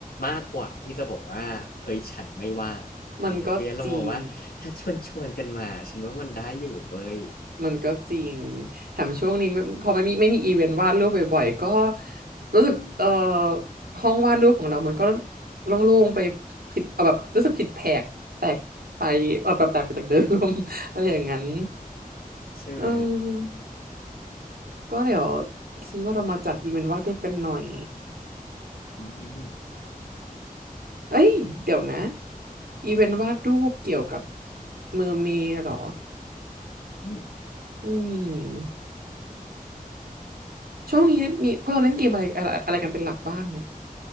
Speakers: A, on the left; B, on the right.
A: มากกว่าที่จะบอกว่าเฮ้ยฉันไม่วาดเออเพราะฉะนั้นเรามองว่าถ้าชวนชวนกันมาฉันว่ามันได้อยู่เว้ย
B: มันก็จริง มันก็จริงแถมช่วงนี้ไม่พอไม่มีไม่มีอีเวนต์วาดรูปบ่อยๆก็รู้สึกเอ่อห้องวาดรูปของเรามันก็โล่งๆไปผิดเอ่อแบบรู้สึกผิดแผกแตกไปเออแบบแตกไปจากเดิม <laughs> อะไรอย่างนั้น
A: ใช่ไหม
B: เออก็เดี๋ยวฉันว่าเรามาจัดอีเวนต์วาดรูปกันหน่อย
A: อืมอืม
B: เอ้ยเดี๋ยวนะอีเวนต์วาดรูปเกี่ยวกับมือเมย์เหรอ
A: อืม
B: อืมช่วงนี้มีพวกเราเล่นเกมอะไรอะไรอะไรกันเป็นหลักบ้างเนี่ย